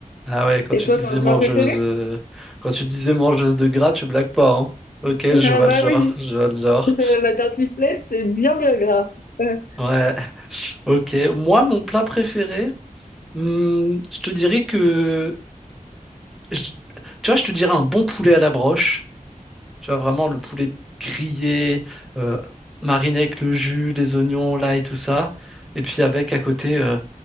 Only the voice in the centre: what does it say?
Ah ouais, quand
tu
disais
mangeuse,
euh, quand tu disais mangeuse de gras, tu blagues pas, hein. Ok, je
vois
le genre,
je vois le
genre.
Ouais. Ok. Moi, mon plat préféré, hmm, je te dirais que, je- tu vois, je te dirais un bon poulet à la broche. Tu vois, vraiment le poulet grillé, euh, mariné avec le jus, les oignons, là et tout ça. Et puis avec à côté. euh,